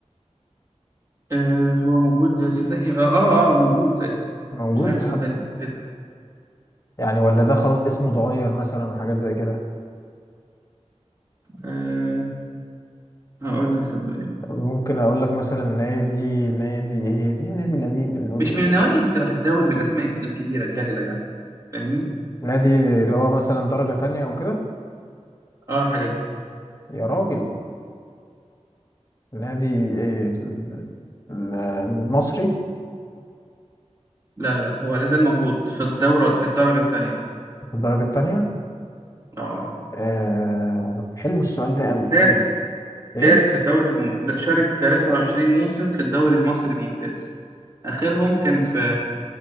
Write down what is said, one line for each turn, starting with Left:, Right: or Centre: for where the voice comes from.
Right: آه هو موجود صدقني آه آه آه، موجود تقريبا
Left: موجود
Right: مش عارف
Left: لحد
Right: صدقني أتأكد
Left: يعني ولا ده خلاص اسمه اتغير مثلا من حاجات زي كده
Right: لك هقول لك صدقني
Left: ممكن اقول لك مثلا نادي نادي ايه في نادي القديم الأد-
Right: مش من النوادي اللي بتبقى في الدوري بالاسماء الكبيره الجليله يعني فاهمني
Left: نادي اللي هو مثلا درجه تانية او كده
Right: اه الحاجات دي
Left: يا راجل نادي ايه ال- ال- المصري
Right: لا لا لا هو لازال موجود في الدوره في الدرجه الثانيه اه
Left: في الدرجه التانية
Right: آه.
Left: آه حلو السؤال ده قوي
Right: شارك
Left: قوي ايه
Right: شارك في الدوري الممتاز شارك 23 موسم في الدوري المصري الممتاز اخرهم كان في